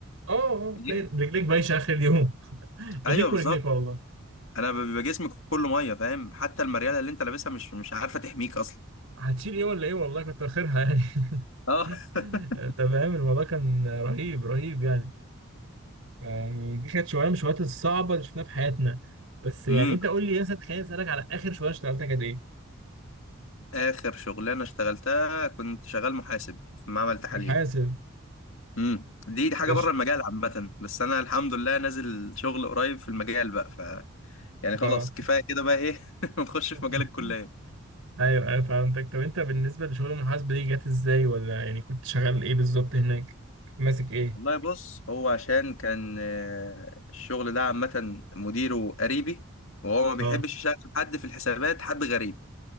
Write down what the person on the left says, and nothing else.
إيه؟
ايوه
بالظبط
انا بيبقى جسمي كله ميه فاهم حتى المرياله اللي انت لابسها مش مش عارفه تحميك اصلا
اه <laughs>
امم
اخر شغلانه اشتغلتها كنت شغال محاسب في معمل تحاليل
امم دي دي حاجه
بره
المجال عامه بس انا الحمد لله نازل شغل قريب في المجال بقى ف يعني خلاص
كفايه كده بقى ايه <laughs> نخش
في مجال الكليه
والله بص هو عشان كان آه، الشغل ده عامه مديره قريبي وهو ما بيحبش
يشغل حد في الحسابات حد غريب